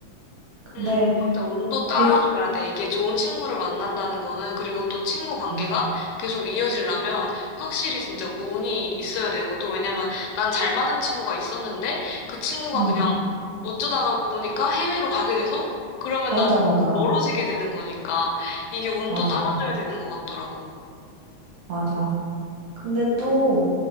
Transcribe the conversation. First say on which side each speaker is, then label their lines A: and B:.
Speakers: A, on the left; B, on the right.
A: 음,
B: 근데
A: 맞아. 운도 따라줘야
B: 계속,
A: 돼. 이게 좋은 친구를 만난다는 거는, 그리고 또 친구 관계가
B: 음,
A: 계속 이어지려면 확실히 진짜 운이 있어야 되고, 또 왜냐면 난 잘 맞는 친구가 있었는데, 그 친구가
B: 음,
A: 그냥 어쩌다가 보니까 해외로 가게 돼서, 그러면
B: 맞아,
A: 난 또
B: 맞아,
A: 멀어지게 되는 거니까, 이게 운도
B: 맞아,
A: 따라줘야 되는 것 같더라고.
B: 맞아. 근데 또